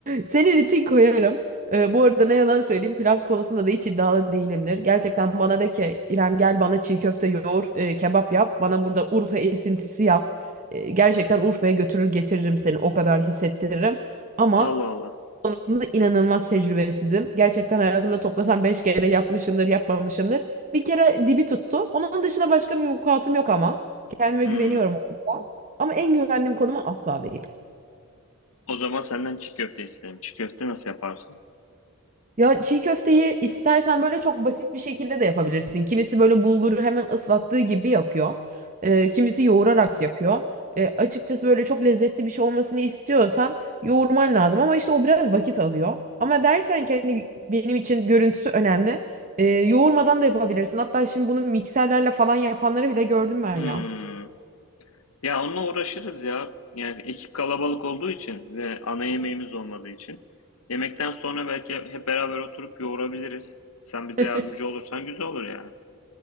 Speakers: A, on the right (about 35°); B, on the left (about 70°).
A: Senin için koyarım. Ee, bu arada ne yalan söyleyeyim pilav konusunda da hiç iddialı değilimdir. Gerçekten bana de ki İrem gel bana çiğ köfte yoğur, e, kebap yap. Bana burada Urfa esintisi yap. E, gerçekten Urfa'ya götürür getiririm seni o kadar hissettiririm. Ama
B: <laughs> Allah Allah.
A: konusunda inanılmaz tecrübesizim. Gerçekten hayatımda toplasam 5 kere yapmışımdır yapmamışımdır. Bir kere dibi tuttu. Onun dışında başka bir vukuatım yok ama. Kendime
B: Hmm.
A: güveniyorum o konuda. Ama en güvendiğim konuma asla değil.
B: O zaman senden çiğ köfte isterim. Çiğ köfte nasıl yaparsın?
A: Ya çiğ köfteyi istersen böyle çok basit bir şekilde de yapabilirsin. Kimisi böyle bulguru hemen ıslattığı gibi yapıyor. Ee, kimisi yoğurarak yapıyor. Ee, açıkçası böyle çok lezzetli bir şey olmasını istiyorsan yoğurman lazım. Ama işte o biraz vakit alıyor. Ama dersen ki hani benim için görüntüsü önemli. Ee, yoğurmadan da yapabilirsin. Hatta şimdi bunu mikserlerle falan yapanları bile gördüm ben
B: Hmm.
A: ya.
B: Ya onunla uğraşırız ya. Yani ekip kalabalık olduğu için ve ana yemeğimiz olmadığı için. Yemekten sonra belki hep beraber oturup yoğurabiliriz. Sen bize
A: <laughs>
B: yardımcı olursan güzel olur yani.